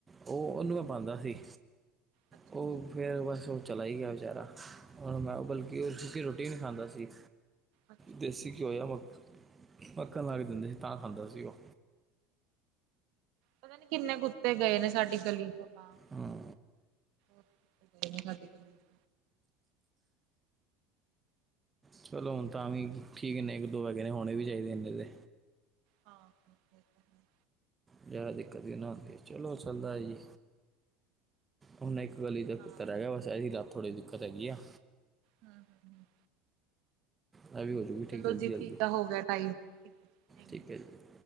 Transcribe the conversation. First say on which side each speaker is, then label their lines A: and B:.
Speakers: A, on the right (about 15°); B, on the right (about 65°).
A: ਉਹ ਉਹਨੂੰ ਮੈਂ ਪਾਂਦਾ ਸੀ।
B: ਅੱਛਾ
A: ਉਹ
B: ਅੱਛਾ
A: ਫਿਰ ਬਸ ਉਹ ਚਲਾ ਹੀ ਗਿਆ ਵਿਚਾਰਾ ਹ ਮੈਂ ਉਹ ਬਲਕਿ ਸੁੱਕੀ ਰੋਟੀ ਨਹੀਂ ਖਾਂਦਾ ਸੀ।
B: ਅੱਛਾ
A: ਦੇਸੀ ਘਿਓ ਜਾਂ ਮੱਖ ਮੱਖਣ ਲਾ ਕੇ ਦਿੰਦੇ ਸੀ ਤਾਂ ਖਾਂਦਾ ਸੀ ਉਹ
B: ਪਤਾ ਨੀ ਕਿੰਨੇ ਕੁੱਤੇ ਗਏ ਨੇ ਸਾਡੀ ਗਲੀ ਤੋਂ ਤਾਂ
A: ਹਾਂ
B: <unintelligible>
A: ਚਲੋ ਹੁਣ ਤਾਂ ਵੀ ਠੀਕ ਨੇ ਇੱਕ ਦੋ ਵ ਜਣੇ ਹੋਣੇ ਵੀ ਚਾਹੀਦੇ ਐਂਨੇ ਦੇ
B: ਹਾਂ ਹੈ
A: ਜ਼ਿਆਦਾ ਦਿੱਕਤ ਵੀ ਨਾ ਹੁੰਦੀ ਚਲੋ ਚੱਲਦਾ ਜੀ ਹੁਨੇ ਗਲੀ ਤਾਂ ਇਕ
B: ਹਾਂ
A: ਕੁੱਤਾ ਰਹਿ
B: ਇਹ
A: ਰਿਹਾ ਬਸ
B: ਤਾਂ
A: ਇਹੀ ਰਾਤ ਥੋੜ੍ਹੀ ਦਿੱਕਤ ਹੈਗੀ ਆ।
B: ਹਾਂ।
A: ਆ ਵੀ ਹੋਜੂਗੀ ਠੀਕ
B: ਚਲੋ
A: ਜਲਦੀ-ਜਲਦੀ
B: ਜੀ ਠੀਕ ਆ ਹੋ ਗਿਆ ਟਾਈਮ ਠੀਕ ਹੈ ਜੀ ਥੈਂਕ
A: ਠੀਕ
B: ਯੂ।
A: ਹੈ ਜੀ।